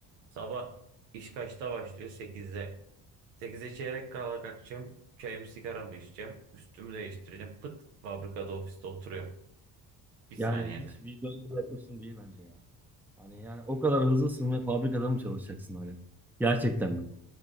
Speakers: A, on the right; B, in the centre.
A: Sabah iş kaçta başlıyor? 8'de. sekize çeyrek kala kalkacağım. Çayımı sigaramı içeceğim. Üstümü değiştireceğim. Pıt fabrikada ofiste oturuyorum. Bir saniyede.
B: Yani hiç vicdanlı bir yaklaşım değil bence ya. Hani yani o kadar hızlısın ve fabrikada mı çalışacaksın hani? Gerçekten mi?